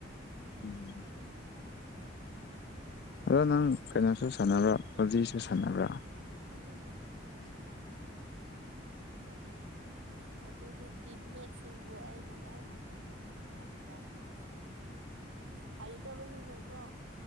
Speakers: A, on the left; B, on the right.
A: ꯎꯝ
B: ꯇꯜ
A: ꯑꯗꯣ ꯅꯪ
B: ꯑꯗꯨ
A: ꯀꯩꯅꯣꯁꯨ ꯁꯥꯟꯅꯕ꯭ꯔꯥ ꯄꯕ ꯖꯤ ꯁꯨ ꯁꯥꯟꯅꯕ꯭ꯔꯥ
B: ꯅꯠꯇꯦ ꯅꯦꯅꯦ ꯑꯗꯨꯗꯤ ꯁꯥꯅꯕ ꯍꯩꯇꯦ ꯀꯔꯤꯅꯣ ꯍ ꯑꯗꯨꯗꯤ ꯇꯤꯝꯃꯦꯠꯁꯤꯡꯕꯨ ꯑꯩꯅ ꯂꯣꯏ ꯍꯥꯠꯇꯣꯛꯀꯅꯤ ꯅꯣ ꯗꯥꯎ ꯇꯣ <unintelligible> ꯍꯩꯇꯕꯅꯤꯅꯀꯣ